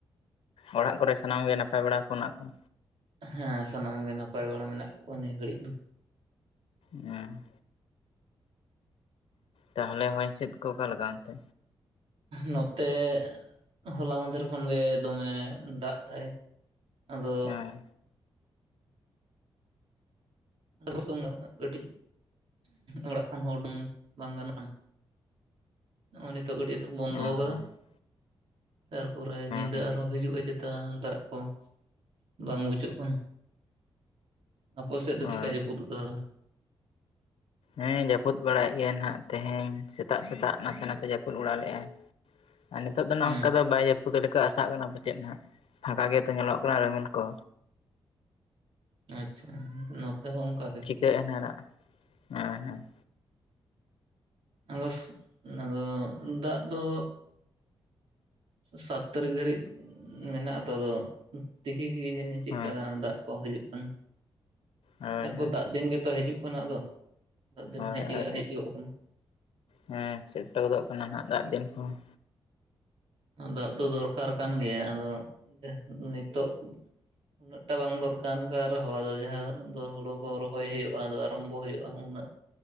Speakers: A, on the left; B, on the right.
A: ᱚᱲᱟᱜ ᱠᱚᱨᱮ ᱥᱟᱱᱟᱢ ᱜᱮ ᱱᱟᱯᱟᱭ ᱵᱟᱲᱟ ᱠᱚ ᱦᱮᱱᱟᱜ ᱠᱚᱣᱟ?
B: ᱦᱮᱸ ᱥᱟᱱᱟᱢ ᱜᱮ ᱱᱟᱯᱟᱭ ᱵᱟᱲᱟ ᱢᱮᱱᱟᱜ ᱠᱚᱣᱟ ᱱᱤᱭᱟᱹ ᱜᱷᱟᱹᱲᱤᱡ ᱫᱚ।
A: ᱦᱮᱸ ᱛᱟᱦᱚᱞᱮ ᱦᱚᱭ ᱦᱤᱥᱤᱫ ᱠᱚ ᱚᱠᱟ ᱞᱮᱠᱟ ᱚᱱᱛᱮ?
B: ᱱᱚᱛᱮ ᱦᱚᱞᱟ ᱢᱟᱫᱷᱮᱨ ᱠᱷᱚᱱ ᱜᱮ ᱫᱚᱢᱮ ᱫᱟᱜ ᱫᱟᱭ। ᱟᱫᱚ
A: ᱦᱮᱸ
B: <unintelligible> ᱠᱟᱹᱴᱤᱡ ᱚᱲᱟᱜ ᱠᱷᱚᱱ ᱦᱚᱸ ᱩᱰᱩᱝ ᱵᱟᱝ ᱜᱟᱱᱚᱜᱼᱟ। ᱱᱚᱜᱼᱚ ᱱᱤᱛᱚᱜ ᱠᱟᱹᱴᱤᱡ ᱛᱚ ᱵᱚᱱᱫᱚ
A: ᱦᱮᱸ
B: ᱠᱟᱫᱟ।
A: ᱦᱮᱸ
B: ᱛᱟᱨᱯᱚᱨᱮ ᱧᱤᱫᱟᱹ
A: ᱦᱮᱸ
B: ᱟᱨᱦᱚᱸ ᱦᱤᱡᱩᱜᱼᱟ ᱪᱮᱛᱟ ᱫᱟᱜ ᱠᱚ᱾ ᱵᱟᱝ ᱵᱩᱡᱷᱟᱹᱜ ᱠᱟᱱᱟ ᱟᱯᱮ ᱥᱮᱫ ᱫᱚ
A: ᱦᱮᱸ
B: ᱪᱮᱫ ᱠᱟ ᱡᱟᱹᱯᱩᱫᱚᱜ ᱠᱟᱱᱟ?
A: ᱦᱮᱸ ᱡᱟᱹᱯᱩᱫ ᱵᱟᱲᱟᱭᱮᱫ ᱜᱮᱭᱟᱭ ᱱᱟᱦᱟᱜ ᱛᱮᱦᱮᱧ ᱥᱮᱛᱟᱜ ᱥᱮᱛᱟᱜ ᱱᱟᱥᱮ ᱱᱟᱥᱮ ᱡᱟᱹᱯᱩᱫ ᱵᱟᱲᱟ ᱞᱮᱜᱼᱟᱭ। ᱟᱨ ᱱᱤᱛᱚᱜ ᱫᱚ ᱱᱟᱦᱟᱜ
B: ᱦᱮᱸ
A: ᱚᱱᱠᱟ ᱫᱚ ᱵᱟᱭ ᱡᱟᱼ ᱼᱯᱩᱫ <unintelligible> ᱞᱮᱠᱟ ᱟᱥᱟᱜ ᱠᱟᱱᱟ ᱯᱟᱪᱮᱫ ᱱᱟᱦᱟᱜ ᱯᱷᱟᱸᱠᱟ ᱜᱮᱛᱚ ᱧᱮᱞᱚᱜ ᱠᱟᱱᱟ ᱨᱤᱢᱤᱞ ᱠᱚ।
B: ᱟᱪᱪᱷᱟ ᱱᱚᱛᱮ ᱦᱚᱸ ᱚᱱᱠᱟ ᱜᱮ।
A: ᱥᱮ ᱮᱱᱟᱱᱟᱜ ᱦᱮᱸ ᱦᱮᱸ
B: <unintelligible> ᱱᱟᱫᱚ ᱫᱟᱜ ᱫᱚ ᱥᱟᱛ ᱛᱟᱹᱨᱤᱠᱷ ᱫᱷᱟᱹᱨᱤᱡ ᱢᱮᱱᱟᱜᱼᱟ ᱟᱛᱚ ᱟᱫᱚ ᱛᱤᱠᱤ ᱜᱮ ᱡᱟᱹᱱᱤᱡ ᱪᱮᱫᱠᱟ
A: ᱦᱮᱸ
B: ᱫᱟᱜ ᱠᱚ ᱦᱤᱡᱩᱜ ᱠᱟᱱᱟ।
A: ᱦᱳᱭ
B: ᱛᱟᱨᱯᱚᱨ
A: ᱦᱳᱭ
B: ᱫᱟᱜ ᱫᱤᱱ ᱜᱮᱛᱚ ᱦᱤᱡᱩᱜ ᱠᱟᱱᱟ ᱟᱫᱚ। ᱫᱟᱜ ᱫᱤᱱ
A: ᱦᱳᱭ
B: ᱦᱮᱡ
A: ᱟᱨ
B: ᱦᱮᱡ ᱜᱚᱜ ᱠᱟᱱᱟ
A: ᱦᱮᱸ ᱥᱮᱴᱮᱨ ᱜᱚᱫᱚᱜ ᱠᱟᱱᱟ ᱱᱟᱦᱟᱜ ᱫᱟᱜ ᱫᱤᱱ ᱠᱚᱦᱚᱸ
B: ᱫᱟᱜ ᱫᱚ ᱫᱚᱨᱠᱟᱨ ᱠᱟᱱ ᱜᱮᱭᱟ ᱟᱫᱚ ᱱᱤᱛᱚᱜ ᱼᱼ ᱩᱱᱟᱹᱜ ᱴᱟ ᱵᱟᱝ ᱫᱚᱨᱠᱟᱨ ᱠᱟᱱ ᱨᱮᱦᱚᱸ ᱟᱫᱚ ᱡᱟᱦᱟᱸ ᱫᱚ ᱦᱩᱲᱩ ᱠᱚ ᱨᱚᱦᱚᱭ ᱦᱩᱭᱩᱜᱼᱟ ᱟᱫᱚ ᱟᱨᱟᱢᱵᱚ ᱦᱩᱭᱩᱜᱼᱟ। ᱩᱱᱟᱹᱜ